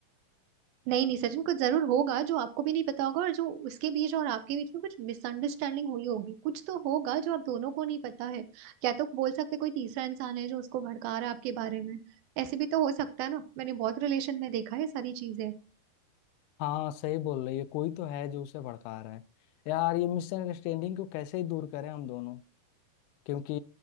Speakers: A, on the right; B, on the left.
A: नहीं नहीं सच में कुछ जरूर होगा जो आपको भी नहीं पता होगा और जो उसके बीच और आपके बीच में कुछ मिसअंडरस्टैंडिंग हुई होगी कुछ तो होगा जो आप दोनों को नहीं पता है क्या तो बोल सकते कोई तीसरा इंसान है जो उसको भड़का रहा है आपके बारे में ऐसे भी तो हो सकता है ना मैंने बहुत रिलेशन में देखा है सारी चीजें
B: हाँ सही बोल रही है कोई तो है जो उसे भड़का रहा है यार ये मिसअंडरस्टैंडिंग को कैसे ही दूर करें हम दोनों क्योंकि